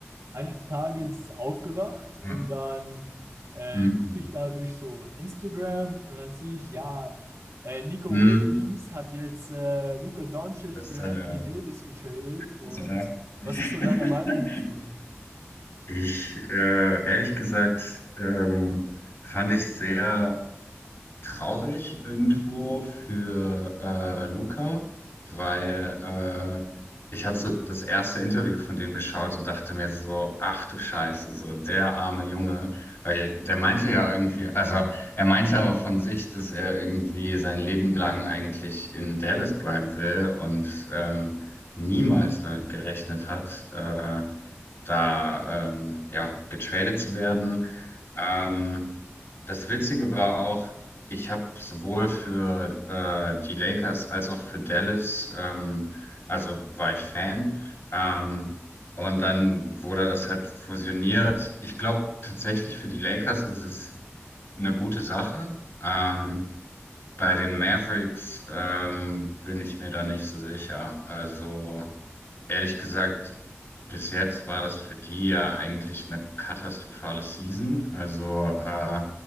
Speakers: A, on the right (about 85°); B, on the left (about 60°).
A: eines Tages aufgewacht und
B: Ja.
A: dann äh,
B: Hm.
A: gucke ich da durch so Instagram und dann sehe ich, ja, äh, Nico
B: Hm.
A: Williams hat jetzt äh, Luka Doncic
B: <clears throat> Das,
A: für
B: äh,
A: Anthony Davis getradet. Und
B: Also, ja. Ich,
A: was ist so
B: <laughs>
A: deine Meinung dazu?
B: Ich, äh, ehrlich gesagt, ähm, fand ich sehr traurig irgendwo für äh, Luca, weil äh, ich habe so das erste Interview von dem geschaut und dachte mir so, ach du Scheiße, so der arme Junge, weil der meinte ja irgendwie, also er meinte auch von sich, dass er irgendwie sein Leben lang eigentlich in Dallas bleiben will und ähm, niemals damit gerechnet hat, äh, da ähm, ja getradet zu werden. Ähm, das Witzige war auch, ich habe sowohl für äh, die Lakers als auch für Dallas, ähm, also war ich Fan. Ähm, und dann wurde das halt fusioniert. Ich glaube tatsächlich für die Lakers ist es eine gute Sache. Ähm, bei den Mavericks ähm, bin ich mir da nicht so sicher. Also Ehrlich gesagt, bis jetzt war das für die ja eigentlich eine katastrophale Season. Also, äh,